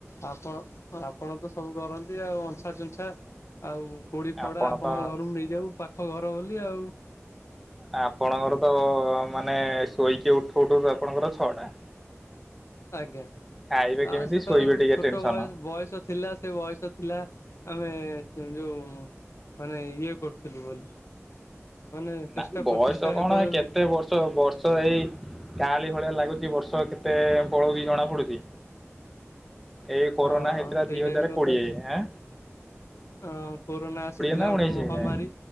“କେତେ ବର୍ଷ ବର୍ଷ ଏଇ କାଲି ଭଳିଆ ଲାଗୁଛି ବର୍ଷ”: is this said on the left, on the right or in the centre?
Centre